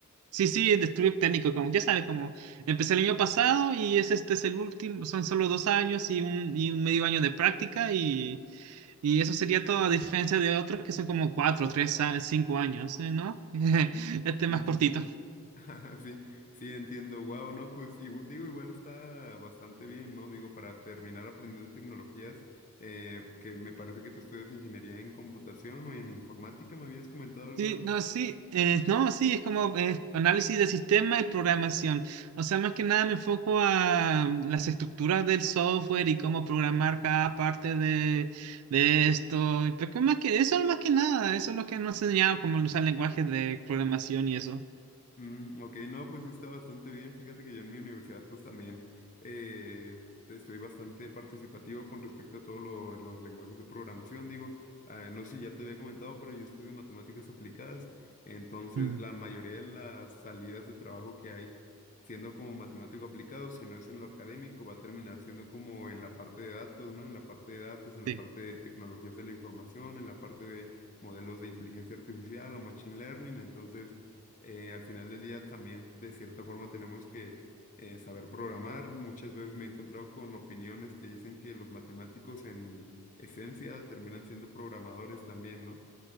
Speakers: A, on the right (about 75°); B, on the left (about 35°).
A: Sí, sí, el estudio técnico, como ya sabes, como empecé el año pasado y es este es el último, son solo dos años y un, y un medio año de práctica y, y eso sería todo a diferencia de otros que son como cuatro, tres, a- cinco años, eh, ¿no? <laughs> Este es
B: Sí,
A: más
B: sí,
A: cortito.
B: sí. <laughs> Sí, sí, entiendo. Wow, no, pues igu- digo, igual está bastante bien, ¿no? Digo, para terminar aprendiendo tecnologías, eh, que me parece que tú estudias ingeniería en computación o en informática, ¿me habías comentado alguna
A: Sí,
B: vez?
A: no, sí, eh, no, sí, es como eh, análisis de sistema y programación. O sea, más que nada me enfoco a mm, las estructuras del software y cómo programar cada parte de, de esto. Pero que más que eso, más que nada, eso es lo que nos ha enseñado, como usar lenguajes de programación y eso.
B: Mm, ok, no, pues sí está bastante bien. Fíjate que yo en mi universidad pues también eh, estoy bastante participativo con respecto a todos los lenguajes de programación. Digo, ah, no sé si ya te había comentado, pero yo estudio matemáticas aplicadas. Entonces,
A: Mm.
B: la mayoría de las salidas de trabajo que hay, siendo como matemático aplicado, si no es en lo académico, va a terminar siendo como en la parte de datos, ¿no? En la parte de datos, en la
A: Sí.
B: parte de tecnologías de la información, en la parte de modelos de inteligencia artificial o machine learning. Entonces eh, al final del día también de cierta forma tenemos que eh, saber programar. Muchas veces me he encontrado con opiniones que dicen que los matemáticos en esencia terminan siendo programadores también, ¿no?